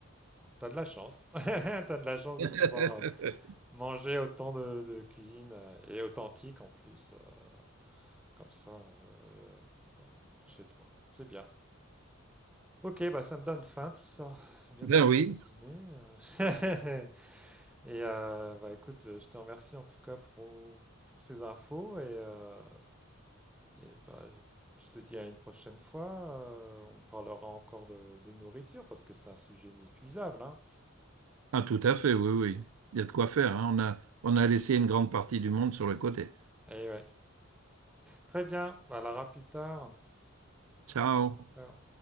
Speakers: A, in the centre; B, on the right.
A: t'as de la chance. <laughs> t'as de la chance
B: <laughs>
A: de pouvoir euh, manger autant de, de cuisine euh, et authentique en plus, euh, comme ça, euh, dans- chez toi. C'est bien. Ok, bah ça me donne faim tout ça. Bientôt
B: Ben
A: l'heure
B: oui,
A: de dîner. euh. <laughs> Et euh, bah écoute, je te remercie en tout cas pour, pour ces infos et, euh, et bah, je te dis à une prochaine fois. euh, on parlera encore de, de nourriture parce que c'est un sujet inépuisable, hein.
B: ah, tout à fait, oui, oui. Il y a de quoi faire, hein. On a, on a laissé une grande partie du monde sur le côté.
A: Et ouais. Très bien, Bah, à la plus tard.
B: Ciao.
A: Ciao.